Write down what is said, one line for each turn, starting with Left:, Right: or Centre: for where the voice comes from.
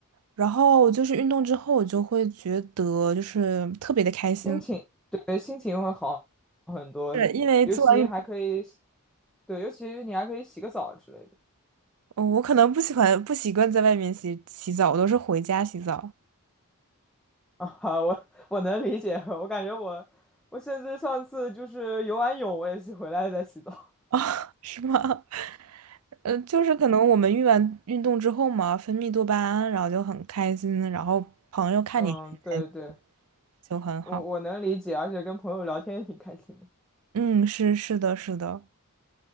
Right: 然后就是运动之后，我就会觉得就是特别的开心，
Centre: 心情，对，心情会好很多，
Right: 是因为做完运
Centre: 尤其还可以洗，对，尤其你还可以洗个澡之类的。
Right: 哦我可能不喜欢不习惯在外面洗洗澡，我都是回家洗澡。
Centre: 啊，我我能理解，我感觉我我甚至上次就是游完泳，我也是回来再洗澡。
Right: 啊，<laughs> 是吗？呃，就是可能我们运完运动之后嘛，分泌多巴胺，然后就很开心，然后朋友看你很开心
Centre: <laughs> 嗯，对对，
Right: 就很好。
Centre: 我我能理解，而且跟朋友聊天也挺开心的。
Right: 嗯，是是的，是的。